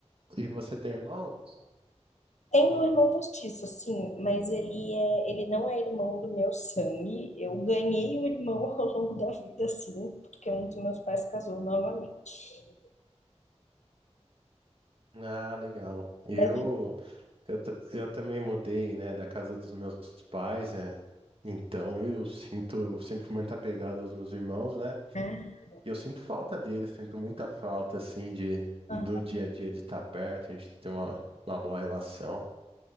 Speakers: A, on the right; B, on the left.
A: e você tem irmão?
B: Tenho um irmão postiço, sim, mas ele é, ele não é irmão do meu sangue. Eu ganhei um irmão <laughs> ao longo da vida, sim, porque um dos meus pais casou novamente.
A: Ah, legal. Eu,
B: Mas
A: eu, ta- eu também mudei, né, da casa dos meus pais, é. Então eu sinto, eu sempre fui muito apegado aos meus irmãos, né?
B: É.
A: E eu sinto falta deles, sinto muita falta, assim, de,
B: ah,
A: do dia a dia de estar perto, a gente tem uma, uma boa relação.